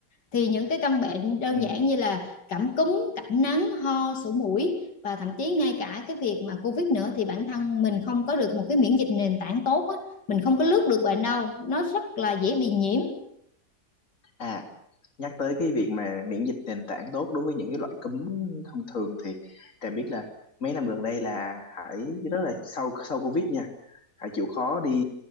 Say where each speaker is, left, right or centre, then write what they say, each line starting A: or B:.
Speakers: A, on the left (about 85°); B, on the left (about 50°).
A: thì những cái căn bệnh đơn
B: ừ.
A: giản như là cảm cúm cảm nắng ho sổ mũi và thậm chí ngay cả cái việc mà Covid nữa thì bản thân mình không có được một cái miễn dịch nền tảng tốt á mình không có lướt được bệnh đâu nó rất là dễ bị nhiễm
B: à nhắc tới cái việc mà miễn dịch nền tảng tốt đối với những cái loại cúm thông thường thì Trà biết là mấy năm gần đây là Hải rất là sau sau Covid nha hãy chịu khó đi